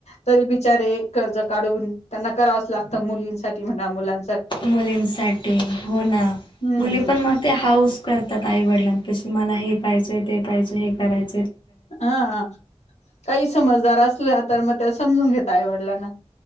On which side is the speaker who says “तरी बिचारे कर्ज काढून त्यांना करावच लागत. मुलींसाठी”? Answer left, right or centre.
Left